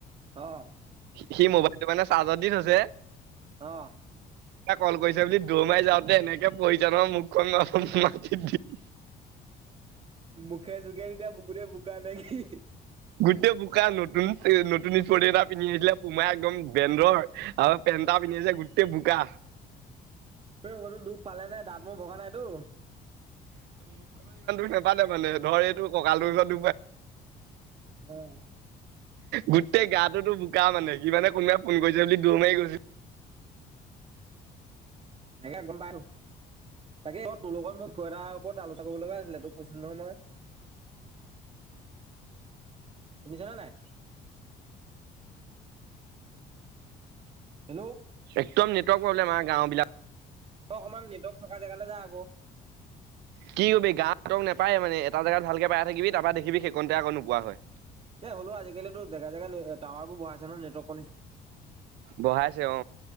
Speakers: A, on the right; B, on the right.
A: আহ।
B: সি মোবাইলটো মানে চাৰ্জতদি থৈছে
A: অহ।
B: এটা কল কৰিছে বুলি দৌ মাৰি যাওঁতে এনেকে পয়িছে ন মুখখন ন <unintelligible>
A: মুখে জোকে তেতিয়া বকোতে বোকা লাগি
B: গোটেই বোকা নতুন নতুন স্পৰ্টিং এটা পিন্ধি আহিছিলে পুমাই একদম বেন্দৰ আৰু তেন্তা পিন্ধি যে গোটেই বোকা
A: এই সতো দুখ পালে নাই দাঁত মোৰ ভগা নাইতো।
B: নোপালে মানে ধৰ এইটো ককাল তটো ওচৰত
A: অ',
B: গোটেই গাটো তো বোকা মানে যি মানানে কোনোবাই ফোন কৰিছে বুলি দৌৰ মাৰি গৈছে।
A: এাকে গোম্বাইল <unintelligible> তাকে আকৌ তোৰ লগত মই খ এটাৰ ওপৰত আলোচনা কৰিব লগা আছিলে তোক কৈছিলো নহয় মই।
B: অ'।
A: শুনিছানে নাই। হেল্ল'।
B: একদম নেটৱৰ্ক প্ৰব্লেম আমাৰ গাঁওবিলাক
A: অ', অকমান নেটৱৰ্ক থকা জেগালৈ যা আকৌ।
B: কি কবি গাহঁতক নাপায়ে মানে এটা জেগাত ভালকে পাই থাকিবি তাৰপৰা দেখিবি সেইকণতে আকৌ নোপোৱা হয়।
A: এ হ'লো আজিকালিটো জেগা জেগা টাৱাৰোৰ ব়াইছে নেৱৰ্ক
B: বঢ়াইছে অ